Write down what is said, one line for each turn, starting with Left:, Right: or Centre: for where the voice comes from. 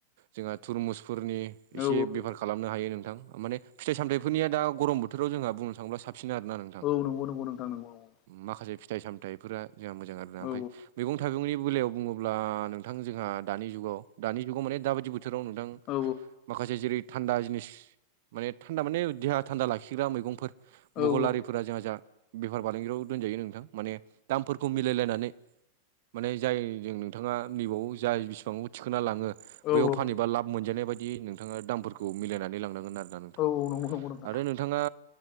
Right: जोंहा थुरमुसफोरनि एसे
Left: औ
Right: बेफार खालामनो हायो नोंथां माने फिथ सामथथायफोरनिया द गरम बोथोराव जोंहा बुंनो थांङोब्ला साबसिन आरोना नों
Left: औ नंग नंगौ नोंथां नंगौ नंगौ
Right: माखासे फिथाइ सामथथायफोरा जोंहा मोजां आरोना ओमफफ्राय
Left: औ
Right: मैं थाइगंनि बेलायाव बुङोब्ला नोंथां जोंहा दानि जुगाव दानि जुगाव माने दाबादि बोथोराव नोंथां
Left: औ
Right: माखासे जेरै थान्दा जिनिस माने थान्दा माने देहा थान्दा लाखिग्रा मैगंफोर
Left: औ
Right: बुहलारिफोरा जाह ज बेफार फालांगियाव दोनजायो नोंथां माने दामफोरखौ मिलायलायनानै माने जाय जों नोंथाङा नैबाव जाय बिसेबां थिखोना लाङो
Left: औ
Right: बैयाव फानहबा लाब मोनजानाय बायदि नोंथाङा दामफोरखौ मिलायनानै लांनांगोन आरोना नोंथां
Left: औ नंगौ नंगौ नोंथां
Right: आरो नोंथाङा